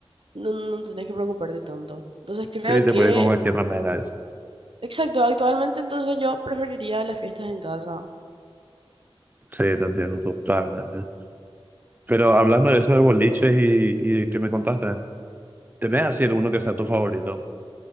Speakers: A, on the right; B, on the right.
A: No, no tenés que preocuparte tanto. Entonces, creo
B: Sí, te
A: que,
B: puedes ir con cualquier remera. es-
A: exacto, actualmente entonces yo preferiría las fiestas en casa.
B: Sí, te entiendo totalmente. Pero hablando de eso de boliches y, y que me contaste, te voy a decir uno que sea tu favorito